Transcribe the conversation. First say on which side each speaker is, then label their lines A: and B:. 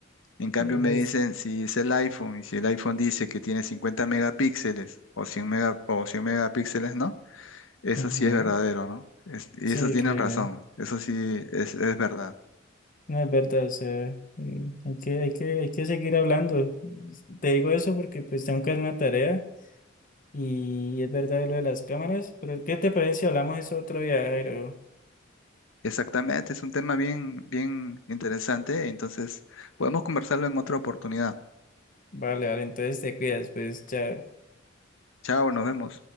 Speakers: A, on the left; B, on the left.
A: En cambio
B: la verdad
A: me dicen
B: es-
A: si es el iPhone y si el iPhone dice que tiene 50 megapíxeles o cien mega- o 100 megapíxeles, ¿no? Eso
B: Ujú.
A: sí es verdadero, ¿no? Es- y
B: Sí,
A: eso tienen
B: que era-
A: razón, eso sí es, es verdad.
B: no es verdad, o sea, eh, hay que, hay que, hay que seguir hablando. Te digo eso porque pues tengo que hacer una tarea y es verdad lo de las cámaras, pero ¿qué te parece si hablamos eso otro día, Jairo?
A: Exactamente, es un tema bien, bien interesante, entonces podemos conversarlo en otra oportunidad.
B: Vale, vale, entonces te cuidas, pues, chao.
A: Chao, nos vemos.